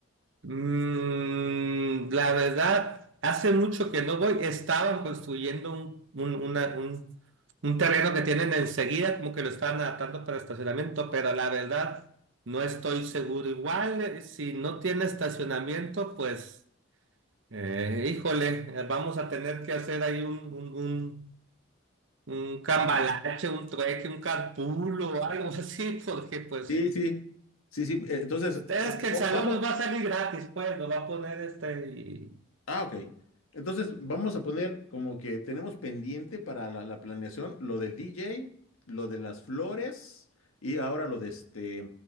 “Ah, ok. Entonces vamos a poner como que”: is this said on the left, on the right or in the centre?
Left